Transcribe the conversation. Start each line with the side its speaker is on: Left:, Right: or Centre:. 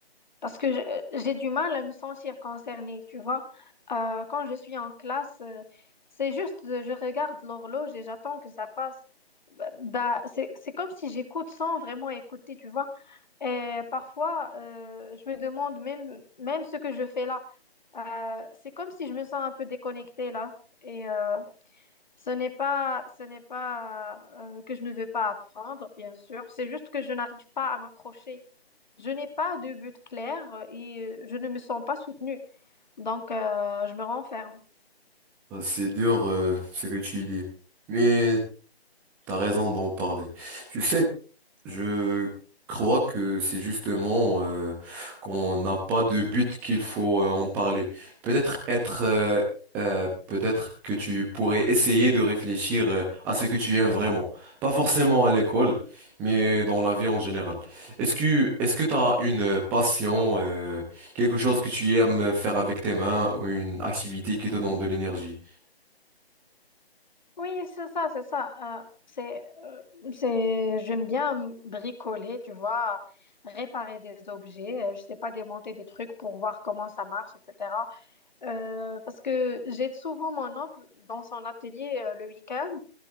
Left: Parce que je- j'ai du mal à me sentir concernée, tu vois. Euh, quand je suis en classe, euh, c'est juste, euh, je regarde l'horloge et j'attends que ça passe. Bah, bah, c'est, c'est comme si j'écoute sans vraiment écouter, tu vois. Et parfois, euh, je me demande même, même ce que je fais là. Euh, c'est comme si je me sens un peu déconnectée là. Et euh, ce n'est pas, ce n'est pas euh, que je ne veux pas apprendre, bien sûr. C'est juste que je n'arrive pas à m'accrocher. Je n'ai pas de but clair euh, et euh, je ne me sens pas soutenue. Donc, euh, je me renferme.
Centre: Ah, C'est dur euh, ce que tu dis, mais t'as raison d'en parler. Tu sais, je crois que c'est justement euh, qu'on n'a pas de but qu'il faut euh, en parler. Peut-être être, euh, euh, peut-être que tu pourrais essayer de réfléchir euh, à ce que tu aimes vraiment, pas forcément à l'école, mais dans la vie en général. Est-ce que est-ce que t'as une euh, passion, euh, quelque chose que tu aimes faire avec tes mains ou une activité qui te donne de l'énergie?
Left: Oui, c'est ça, c'est ça. Euh, c'est, euh, c'est, j'aime bien bricoler, tu vois, réparer des objets. euh, je sais pas, démonter des trucs pour voir comment ça marche, etc. Euh, parce que j'ai souvent mon oncle dans son atelier euh, le week-end.